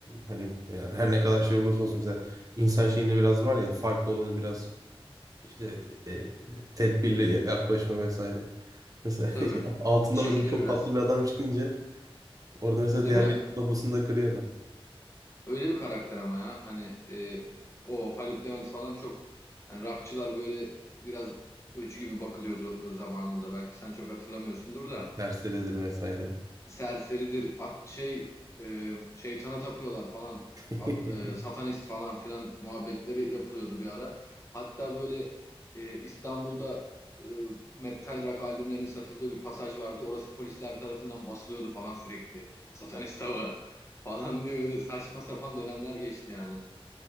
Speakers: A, on the right (about 35°); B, on the left (about 30°).
A: hani yani her ne kadar şey olursa olsun mesela insan şeyinde biraz var ya farklı olanı biraz işte e, tedbirli ya- yaklaşma vesaire. Mesela
B: tabii.
A: <laughs> altında
B: Çekinir
A: mesela çok
B: biraz.
A: tatlı bir adam çıkınca orada mesela
B: Değil
A: diğerleri
B: mi?
A: tabusunu da kırıyor adam.
B: Öyle bir karakter ama ya. Hani e, o Haluk Levent falan çok hani rockçılar böyle biraz öcü gibi bakılıyordu e, zamanında. Belki sen çok hatırlamıyorsundur da.
A: Serseridir vesaire.
B: serseridir. At- şey e, şeytana tapıyorlar falan.
A: <laughs>
B: At- e, satanist falan filan muhabbetleri yapılıyordu bir ara. Hatta böyle e, İstanbul'da e, metal rock albümlerinin satıldığı bir pasaj vardı. Orası polisler tarafından basılıyordu falan sürekli. Satanist avı falan diye öyle saçma sapan dönemler geçti yani.